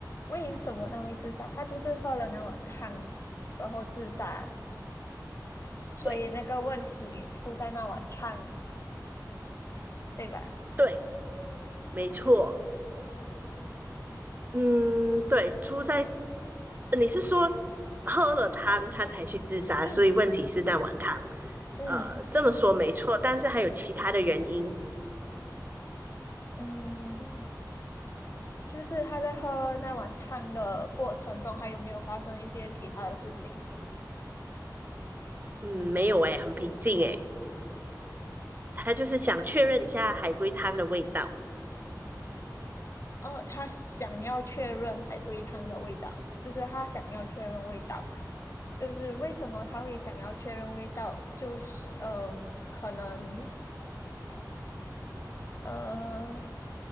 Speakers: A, on the left; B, on the right.
A: 为什么他会自杀？他就是喝了那碗汤，然后自杀，所以那个问题出在那碗汤，
B: 对
A: 对吧？
B: 对，没错。嗯，对，出在呃你是说喝了汤他才去自杀，
A: 嗯
B: 所以问题是那碗汤。
A: <clears throat>，嗯
B: 呃，这么说没错，但是还有其他的原因。
A: 嗯，就是他在喝那碗汤的过程中，还有没有发生一些其他的事情？
B: 嗯，没有诶，很平静诶，他就是想确认一下海龟汤的味道。
A: 哦，他想要确认海龟汤的味道，就是他想要确认味道，就是为什么他会想要确认味道，就是嗯、呃可能嗯，